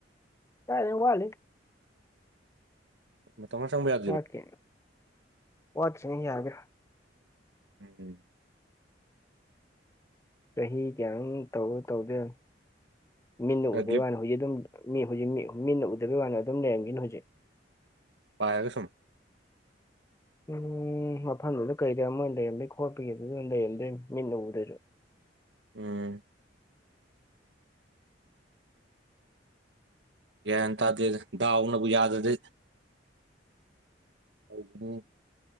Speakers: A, on the left; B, on the right.
A: ꯀꯥꯏ ꯋꯥꯂꯤ
B: ꯃ ꯇꯉꯥꯡꯪꯕ ꯌꯥ <inaudible>
A: ꯋꯥꯠꯀꯦꯅ ꯋꯥꯠꯠꯇꯅ ꯌꯥꯒ꯭ꯔꯥ
B: ꯎꯝ ꯎꯝ
A: ꯆꯍꯤ ꯀꯌꯥ ꯇꯧ ꯇꯧꯗꯦ ꯃꯤꯅ
B: ꯈꯔ
A: ꯎꯗꯩ
B: ꯒꯦꯞ
A: ꯋꯥꯅꯤ ꯍꯧꯖꯤꯛ ꯑꯗꯨꯝ ꯃꯤ ꯍꯧꯖꯤꯛ ꯃꯤ ꯃꯤꯅ ꯎꯗꯕꯤꯒꯤ ꯋꯥꯅ ꯑꯗꯨꯝ ꯂꯩꯔꯝꯒꯅꯤ ꯍꯧꯖꯤꯛ
B: ꯄꯥꯢꯔꯒ ꯁꯨꯝ
A: ꯎꯝ ꯃꯐꯝꯗꯨꯗ ꯀꯩꯗ ꯑꯃ ꯂꯩꯔꯝꯗꯣꯏ ꯈꯣꯠꯄꯒꯤꯗꯨꯗ ꯂꯩꯔꯝꯗꯣꯏ ꯃꯤꯠꯅ ꯎꯗꯣꯏꯔꯣ
B: ꯎꯝ ꯌꯥꯟ ꯇꯥꯗꯦ ꯗꯥꯎꯅꯕꯨ ꯌꯥꯗ꯭ꯔꯗꯤ ꯑꯩ <inaudible> ꯏꯅꯤ